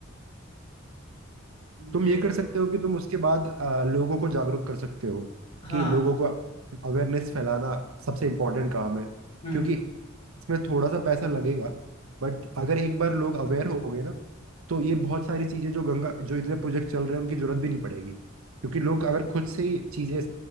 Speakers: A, on the left (about 30°); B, on the right (about 80°).
A: मुझे
B: तुम ये कर
A: तो
B: सकते हो कि तुम उसके बाद अ, लोगों को जागरूक कर सकते हो
A: हाँ
B: कि लोगों को अवेयरनेस फैलाना सबसे इम्पोर्टेंट काम है
A: हम्म
B: क्योंकि इसमें थोड़ा सा पैसा लगेगा बट अगर एक बार लोग अवेयर हो गए ना तो ये बहुत सारी चीज़ें जो गंगा जो इतने प्रोजेक्ट चल रहे हैं उनकी जरूरत भी नहीं पड़ेगी क्योंकि लोग अगर खुद से ही चीज़ें